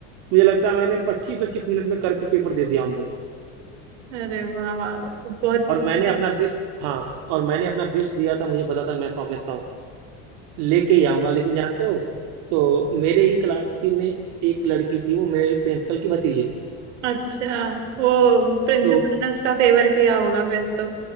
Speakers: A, on the right (about 70°); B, on the right (about 85°).
A: मुझे लगता है मैंने पच्चीस पच्चीस मिनट में करके पेपर दे दिया उनको
B: अरे वाह वाह वाह, बहुत
A: और मैंने अपना बेस्ट हाँ और मैंने अपना बेस्ट दिया था मुझे पता था मैं सौ में सौ लेके ही आऊंगा लेकिन जानते हो तो मेरे ही क्लास की में एक लड़की थी वो मेरे प्रिंसिपल की भतीजी थी
B: अच्छा वो प्रिंसिपल
A: तो
B: ने उसका फेवर किया होगा फिर तो